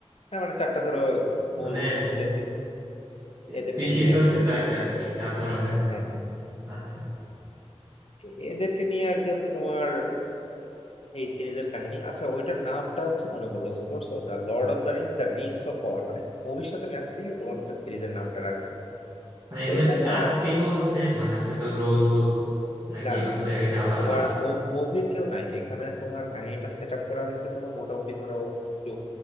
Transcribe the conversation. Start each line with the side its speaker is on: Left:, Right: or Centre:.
Left: হ্যাঁ, মানে চারটা ধরো মূল
Right: মানে
Left: স্পেসিস আছে, এদেরকে
Right: স্পিসিস
Left: নিয়ে
Right: হচ্ছে
Left: আর কি
Right: চারটা আর কি চার ধরনের
Left: হ্যাঁ হ্যাঁ
Right: আচ্ছা
Left: এ- এদেরকে নিয়ে আর কি হচ্ছে তোমার এই সিরিজের কাহিনী আচ্ছা ওইটার নামটা হচ্ছে মনে পড়লো বুঝতে পারছো The Lord of the Rings The Rings of Power মানে মুভির সাথে ম্যাচ রেখে তোমার হচ্ছে সিরিজের নামটা রাখছে
Right: মানে
Left: তো
Right: এগুলা
Left: এটা
Right: কি কাস্টিং
Left: আহ,
Right: ও সেম মানে হচ্ছে ধর রোল টোল নাকি
Left: না
Right: হচ্ছে
Left: না না
Right: এটা আবার
Left: তোমার
Right: আলাদা
Left: মুভির কেউ নাই এখানে তোমার কাহিনীটা সেট আপ করা হয়েছে তোমার মোটামুটি ধরো একটু